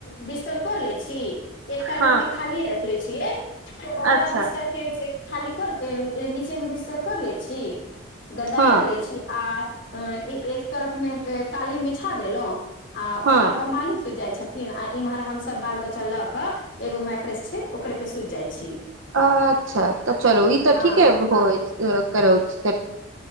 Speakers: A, on the left (about 60°); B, on the right (about 70°).
A: बिस्तर कऽ लै छी एकटा
B: हँ
A: रंग के खालीए रखले छियै तऽ ओकरा
B: अच्छा
A: बिस्तर के खालि करके नीचे में विस्तर कर लै छी गद्दार
B: हँ
A: रहै छी आस अ एक तरफ में कालीन बिछा देेलो आ
B: हँ
A: ओकरा पर मालिक से जाइ छथिन थिन आ इम्हर हम सब बाल बच्चा ल के एगो मैट्रेस छै ओकरे पे सूइत जाइ छी
B: अच्छा तऽ चलू ई तऽ
A: हँ
B: ठीके होइ करउत